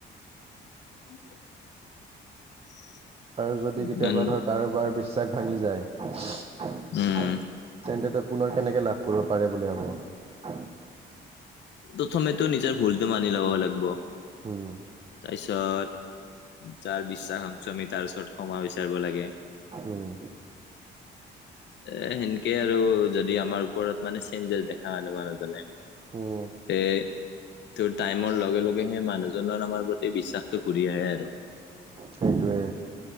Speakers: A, on the left (about 60°); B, on the right (about 30°).
A: <unintelligible>
B: আৰু যদি কেতিয়াবা
A: ইমান
B: ধৰ কাৰোবাৰ বিশ্বাস ভাঙি যায়। তেন্তে
A: উম
B: তই পুনৰ কেনেকে লাভ কৰিব পাৰে বুলি ভাব।
A: প্ৰথমে। টো নিজৰ ভুলতো মানি ল'ব লাগিব
B: উম
A: তাৰপিছত। যাৰ বিশ্বাস সংশমিত। তাৰপিছত ক্ষমা বিচাৰিব লাগে
B: উম
A: এ সেনেকে আৰু। আৰু যদি আমাৰ ওপৰত মানে চেঞ্জেছ দেখা নাযাব মানুহজনে।
B: উম
A: তে তোৰ টাইমৰ লগে লগে। হে মানুহজনৰ আমাৰ প্ৰতি বিশ্বাসটো ঘূৰি আহে আৰু।
B: সেইটোৱে